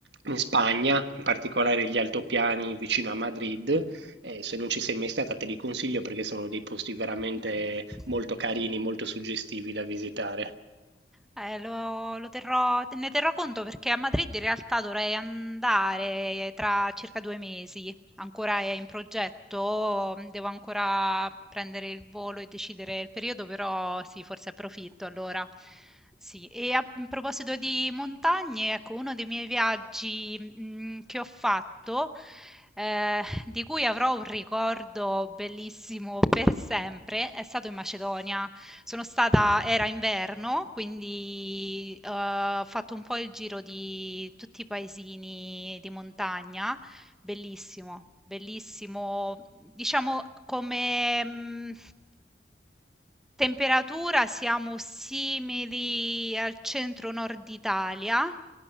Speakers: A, on the right; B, in the centre.
A: in Spagna, in particolare gli altopiani vicino a Madrid. Eh, se non ci sei mai stata, te li consiglio perché sono dei posti veramente
B: Mh-mh.
A: molto carini, molto suggestivi da visitare.
B: Eh, lo, lo terrò, te- ne terrò conto perché a Madrid in realtà dovrei andare tra circa due mesi. Ancora è in progetto, devo ancora prendere il volo e decidere il periodo, però sì, forse approfitto allora. Sì, e a in proposito di montagne, ecco, uno dei miei viaggi mm, che ho fatto ehm, di cui avrò un ricordo bellissimo per sempre, è stato in Macedonia. Sono stata era inverno, quindi, uhm, ho fatto un po' il giro di tutti i paesini di montagna. Bellissimo, bellissimo, diciamo come, mhmm Temperatura siamo simili al centro nord Italia,